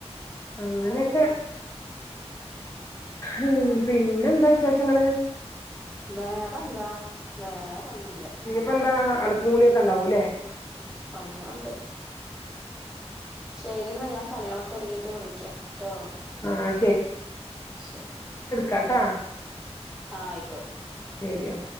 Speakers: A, on the left; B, in the centre.
A: അങ്ങനെയൊക്കെ ഹ്ഹം പിന്നെന്താ വിശേഷങ്ങള്?.
B: വേറെന്താ വേറൊന്നുല്ല.
A: ഇപ്പ എന്താ അലക്കും കൂളിയക്കെണ്ടാവൂല്ലേ?.
B: ഉം ഉം പണികളൊണ്ട്. ശരിയെന്നാ ഞാൻ പണികളൊക്കെ ഒരുങ്ങിട്ട് വിളിക്കാം ട്ടോ.
A: ആഹ്
B: ശരി
A: കാട്ടാ
B: ആയിക്കോട്ടെ.
A: ശെരിയാ